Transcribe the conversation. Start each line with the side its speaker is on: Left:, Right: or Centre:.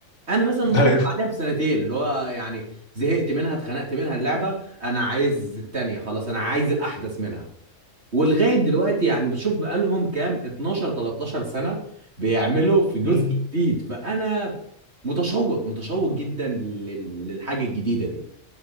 Right: انا مثلا منتظرها
Left: <laughs> ايوه
Right: بعدها بسنتين اللي هو يعني زهقت منها اتخنقت منها اللعبه انا عايز التانيه خلاص انا عايز الاحدث منها ولغايه دلوقتي يعني بشوف بقالهم كام 12 13 سنه بيعملوا في جزء
Left: مم.
Right: جديد فانا متشوق متشوق جدا لل- للحاجه الجديده دي